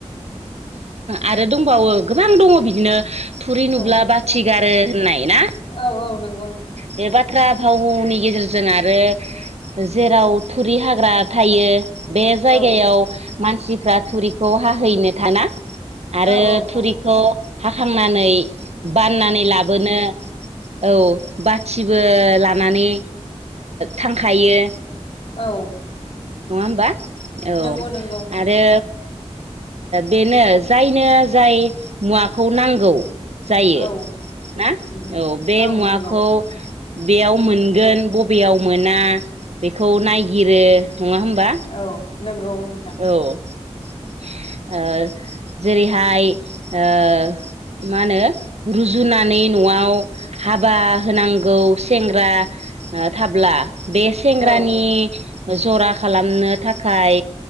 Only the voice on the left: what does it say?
औ
औ औ नों
औ
औ औ थाङो
औ
नंगौ नंगौ
औ
उम
नंगौ
औ नंगौ नोंथां
औ